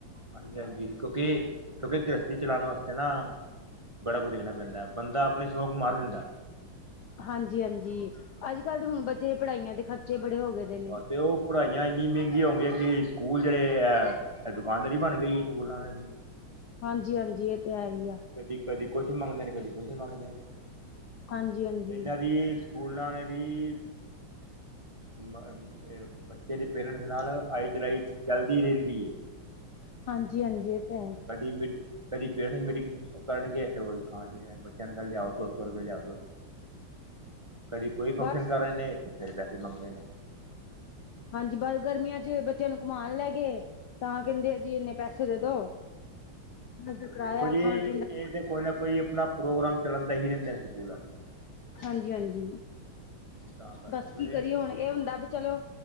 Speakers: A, on the right; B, on the left.
A: ਹਾਂਜੀ-ਹਾਂਜੀ। ਕਿਉਂਕਿ ਕਿਉਂਕਿ ਗ੍ਰਸਥਤੀ ਚਲਾਉਣ ਵਾਸਤੇ ਨਾ ਬੜਾ ਕੁਝ ਦੇਖਣਾ ਪੈਂਦਾ ਬੰਦਾ ਆਪਣੇ ਸ਼ੌਕ ਨੂੰ ਮਾਰ ਦਿੰਦਾ।
B: ਹਾਂਜੀ। ਹਾਂਜੀ। ਅੱਜ। ਕੱਲ੍ਹ। ਦੇ। ਹੁਣ। ਬੱਚੇ। ਪੜ੍ਹਾਈਆਂ। ਦੇ। ਖਰਚੇ। ਬੜੇ। ਹੋ। ਗਏ। ਦੇ ਨੇ
A: ਹਾਂ। ਤੇ। ਉਹ। ਪੜ੍ਹਾਈਆਂ। ਇੰਨੀ। ਮਹਿੰਗੀ। ਹੋ। ਗਈਆਂ। ਕਿ। ਸਕੂਲ। ਜਿਹੜੇ। ਆ। ਦੁਕਾਨਦਾਰੀ। ਬਣ। ਗਈ। ਹੈ। ਸਕੂਲਾਂ। ਦੇ। ਹ।
B: ਹਾਂਜੀ। ਹਾਂਜੀ। ਇਹ। ਤੇ। ਹੈ। ਹੀ। ਆ।
A: ਕਦੀ-ਕਦੀ ਕੁਛ ਮੰਗਦੇ ਨੇ ਕਦੀ ਕੁਛ ਮੰਗਦੇ ਨੇ
B: ਹਾਂਜੀ ਹਾਂਜੀ
A: ਇਹਨਾਂ ਦੀ। ਸਕੂਲ ਨਹਾਣੇ ਦੀ। ਮ ਬੱਚੇ ਦੇ ਪੇਰੈਂਟਸ ਨਾਲ ਆਈ ਚਲਾਈ ਚੱਲਦੀ ਰਹਿੰਦੀ ਹੈ।
B: ਹਾਂਜੀ-ਹਾਂਜੀ ਇਹ ਤਾਂ ਹੈ।
A: ਕਦੀ ਮੀਟ ਕਦੀ ਪੇਰੈਂਟਸ ਦੀ ਮੀਟਿੰਗ ਕਰਨ ਤੇਾਣ। ਣ ਕੱਲ ਲਿਆਸੋ ਸੋ ਰੁ ਲਿਆ। ਕਦੀ ਕੋਈ ਫੰਕਸ਼ਨ
B: ਬਸ
A: ਕਰ ਰਹੇ ਨੇ ਤੇ ਫੇਿਰ ਪੈਸੇ ਮੰਗਦੇ ਨੇ।
B: ਹਾਂਜੀ ਬ ਗਰਮੀਆਂ 'ਚ ਬੱਚਿਆਂ ਨੂੰ ਕਮਾਉਣ ਲੈ ਗਏ ਤਾਂ ਕਹਿੰਦੇ ਜੀ ਇੰਨੇ ਪੈਸੇ ਦੇ ਦੋ। ਬਸ ਦਾ ਕਿਰਾਇਆ
A: ਦੇਖੋ ਜੀ,
B: ਖਾਣ ਪੀਣ
A: ਇਹ
B: ਦਾ
A: ਤੇ ਕੋਈ ਨਾ ਕੋਈ ਆਪਣਾ। ਪ੍ਰੋਗਰਾਮ ਚੱਲਾਣਦਾ ਹੀ ਰਹਿੰਦਾ ਹੈ, ਸਕੂਲਾਂ ਨੂੰ।
B: ਹਾਂਜੀ-ਹਾਂਜੀ,
A: ਤਾਂ ਕਰਕੇ
B: ਬਸ ਕੀ
A: ਫਿਰ
B: ਕਰੀਏ ਹੁਣ ਇਹ ਹੁੰਦਾ, ਵੀ ਚਲੋ।